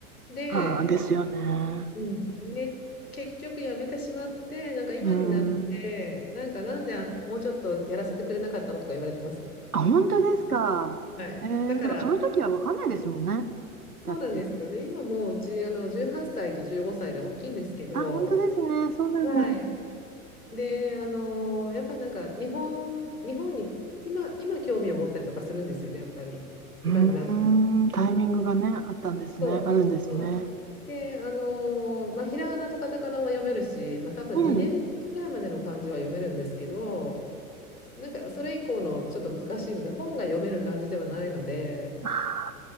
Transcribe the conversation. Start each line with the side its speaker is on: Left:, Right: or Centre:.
Left: で、
Right: ああ、ですよね。
Left: うん、で結局やめてしまってなんか今になってなんかなんであもうちょっとやらせてくれなかったのとか言われてます。
Right: うん。あ、本当ですか。
Left: はい、
Right: ええでもその時は分かんないですもんね。
Left: だからそうなんですよ。
Right: だって。
Left: で今もううちあの18歳と15歳で大きいんですけど、
Right: あ、本当ですね。そうなんだ。
Left: はい、であのやっぱりなんか日本、日本に今、今興味を持ったりとかするんですよねやっぱり今になって。
Right: うーん、タイミングがね、あったんですね。
Left: そうそうであのまあ、
Right: あるんですね。
Left: ひらがなとカタカナは読めるし、まあ、多分2年生ぐらいまでの漢字は読めるんですけど、
Right: うん。
Left: なんかそれ以降のちょっと難しいので、本が読める感じではないので、
Right: あ